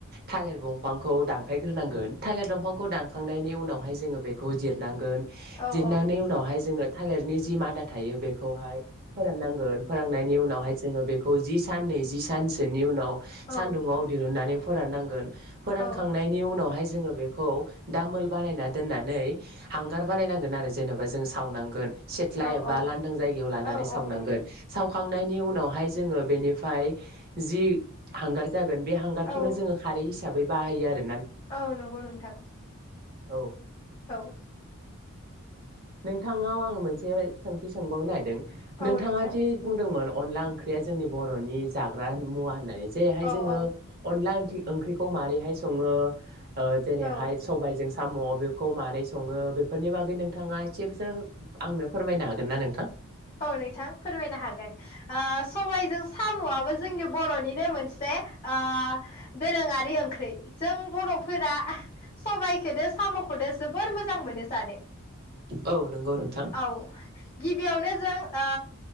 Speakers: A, on the right (about 45°); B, on the left (about 30°).
A: थालिर दंफांखौ दानफायग्रोनांगोन थालिर दंफांखौ दानखांनायनि उनावहाय जोङो बेखौ जिरनांगोन
B: औ
A: जिरनानै
B: औ
A: उनावहाय जोङो थालिरनि जि मादा थायो बेखौहाय फोराननां गोन फोराननायनि उनावहाय जोङो बे खौ जि सान नै जि सानसोनि उनाव
B: औ
A: सान्दुुंआव दिहुननानै फोराननांगोन फोरानखांनायनि
B: औ
A: उनावहाय जोङो बेखौ दामोल बानायना दोननानै हांगार बानायनांगोन आरो जेनेबा जों सावनांगोन सिथ्ला
B: औ
A: एबा
B: औ
A: लांदां जायगायाव लानानै
B: औ
A: सावनांगोन
B: औ नंगौ
A: सावखांनायनि उनावहाय जोङो बेनिफ्राय जि हांगार जागोन बे हांगारखौनो
B: औ
A: जोङो खारै हिस हिसाबै बाहायो आरो
B: औ नंगौ नोंथां
A: औ
B: औ
A: नोंथांआव आं मोनसे सों थि सोंबावनो नागिरदों नोंथाङा
B: औ नोंथां
A: दि बुंदोंमोन अनला ओंख्रिया जोंनि बरनि जाग्रा मुवा होननानै जेरैहाय
B: औ
A: जोङो
B: औ
A: अनला ओंख्रि ओंख्रिखौ मारैहाय सङो ओ जेरैहाय
B: औ
A: सबायइजों साम बेखौ मारै सङो बेफोरनि बागै नोंथाङा ए सेबसो आंनो फोरमायनो हागोन ना नोंथां
B: औ नोंथां फोरमायनो हागोन ओ सबायइजों सामआबो जोंनि बरनिनो मोनसे ओ दोरोङारि ओंख्रि जों बरफोरा सबाइखौदो सामखौदो जोबोर मोजां मोनो जानो
A: औ नंगौ नोंथां
B: औ गिबियावनो जों ओ